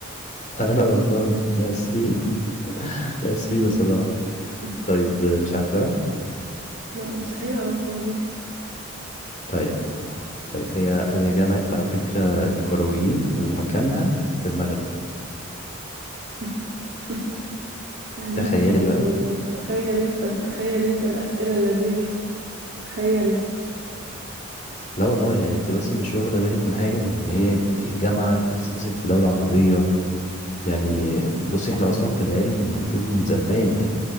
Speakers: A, on the left; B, on the right.
A: انا غلطان احنا اسفين احنا اسفين يا صلاح
B: <laughs>
A: طيب مش عارفاها
B: لا مستحيل أعرفها والله
A: طيب طيب هي هي جامعة على فكرة الكرويين ومكانها في المغرب
B: <laughs>
A: تخيلي
B: نو كومنت
A: بقى
B: والله تخيل انت تخيل انت الأسئلة اللذيذة تخيل
A: لا والله يعني انت بس مش واخدة بالك من حاجة يعني ان هي جامعة تأسست في دولة عربية يعني بصي احنا اصلا في العلم المفروض من زمان يعني